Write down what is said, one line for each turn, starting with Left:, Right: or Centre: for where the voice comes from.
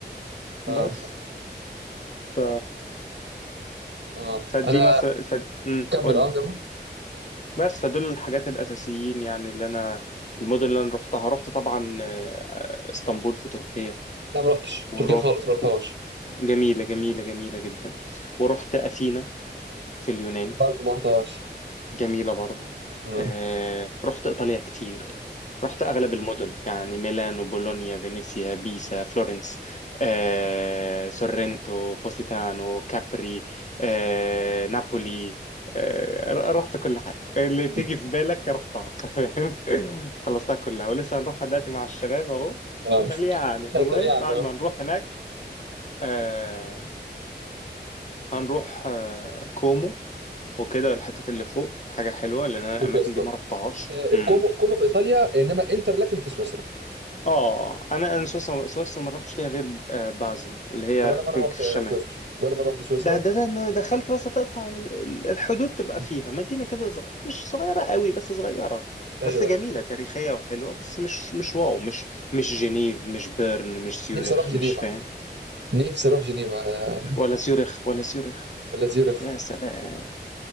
Right: اه
Left: بس ف...
Right: اه
Left: فدي
Right: انا
Left: مثلا ف... مم،
Right: كمل
Left: قول
Right: اه
Left: لي
Right: كمل
Left: بس فدول الحاجات الاساسيين يعني اللي انا المدن اللي انا رحتها رحت طبعا آه، اسطنبول في تركيا
Right: لا ما رحتش
Left: واروح
Right: تركيا خالص ما رحتهاش
Left: جميله جميله جميله جدا ورحت اثينا في اليونان
Right: برضه ما رحتهاش
Left: جميلة برضو
Right: امم
Left: آه، رحت إيطاليا كتير رحت أغلب المدن يعني ميلانو بولونيا فينيسيا بيسا فلورنس آه، سورنتو بوسيتانو كابري آه، نابولي آه، ر- رحت كل حاجة اللي
Right: امم
Left: تيجي في بالك رحتها <laughs> فاهم؟ خلصتها كلها ولسه هنروحها دلوقتي مع الشباب أهو
Right: اه
Left: إيطاليانو
Right: إيطاليان
Left: المهم بعد
Right: اه
Left: ما نروح هناك آه، هنروح آه، كومو وكده الحتات اللي فوق حاجة حلوة لأن أنا الأماكن
Right: في سويسرا
Left: دي ما رحتهاش
Right: آه،
Left: مم.
Right: كومو كومو في إيطاليا إنما إنتر لكن في سويسرا
Left: آه أنا أنا سويسرا سويسرا ما رحتش فيها غير آه، بازل اللي هي
Right: أنا ولا مرة
Left: في
Right: رحت
Left: في الشمال
Right: آه، سويسرا ولا مرة رحت سويسرا
Left: ده ده ده أنا دخلت بس تقطع ال- ال- الحدود تبقى
Right: مم.
Left: فيها مدينة كده صغ... مش صغيرة قوي بس صغيرة
Right: ايوه
Left: بس جميلة تاريخية وحلوة بس مش مش واو مش مش جنيف مش بيرن مش سيورخ
Right: نفسي اروح جنيفا
Left: مش فاهم
Right: نفسي اروح جنيفا آه.
Left: ولا سيورخ ولا سيورخ
Right: ولا زيورخ
Left: يا سلام